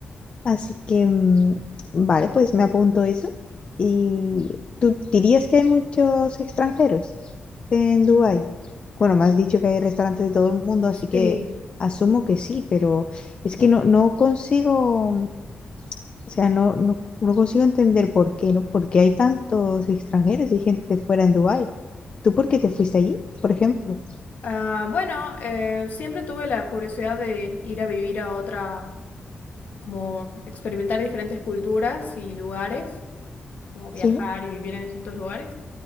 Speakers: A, on the left (about 35°); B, on the left (about 55°).
A: Así que, mm, vale, pues me apunto eso. ¿Y tú dirías que hay muchos extranjeros en Dubái? Bueno, me has dicho que hay restaurantes de todo el mundo, así
B: Sí.
A: que asumo que sí, pero es que no, no consigo, o sea, no, no, no consigo entender por qué, ¿no? Porque hay tantos extranjeros y gente de fuera en Dubái. ¿Tú por qué te fuiste allí, por ejemplo?
B: Ah, bueno, eh, siempre tuve la curiosidad de ir a vivir a otra, como experimentar diferentes culturas y lugares. como
A: Sí.
B: viajar y vivir en distintos lugares.